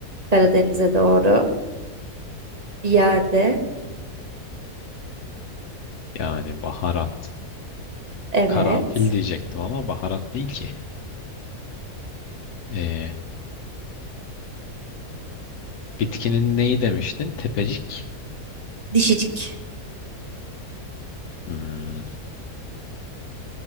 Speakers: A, on the right (about 25°); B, on the left (about 80°).
A: Karadeniz'e doğru. Bir yerde.
B: Yani baharat.
A: Evet.
B: Karanfil diyecektim ama baharat değil ki. Ee, bitkinin neyi demiştin? Tepecik.
A: Dişicik.
B: Hmm,